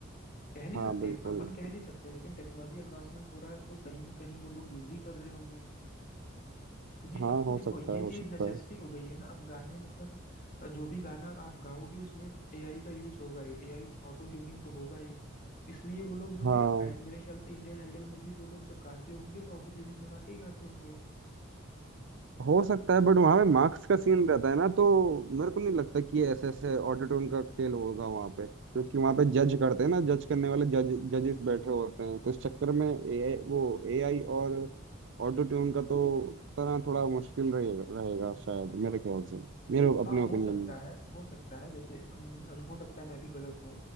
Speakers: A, on the left; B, on the right.
A: कह नहीं
B: हाँ
A: सकते
B: बिल्कुल
A: अपन कह नहीं सकते लेकिन टेक्नोलॉजी एडवांसमेंट हो रहा है तो कहीं ना कहीं वो लोग यूज ही कर रहे होंगे क्योंकि
B: हाँ
A: अब
B: हो
A: तो देखो
B: सकता
A: ये
B: है हो
A: चीज
B: सकता
A: नेसेसिटी
B: है
A: हो गई है ना अब गाने मतलब अ, जो भी गाना आप गाओगे उसमें एआई का यूज होगा ही एआई ऑटो ट्यूनिंग तो होगा ही तो इसलिए वो लोग जो
B: हाँ
A: है आई- मेरे ख्याल से इंडियन आइडल में भी वो लोग जब गाते होंगे तो ऑटो ट्यूनिंग लगा के ही गाते होंगे
B: हो सकता है बट वहाँ पे मार्क्स का सीन रहता है ना तो मेरे को नहीं लगता कि ये ऐसे ऐसे ऑटोट्यून का खेल होगा वहाँ पे क्योंकि वहाँ पे जज करते हैं ना जज करने वाले जज जजेस बैठे होते हैं तो इस चक्कर में ए वो एआई और ऑटोट्यून का तो तरह थोड़ा मुश्किल रहेगा रहेगा शायद मेरे ख्याल से मेरे
A: हाँ
B: अपने ओपिनियन
A: हो सकता
B: में
A: है हो सकता है देखिए अम, अम, हो सकता है मैं भी गलत हूँ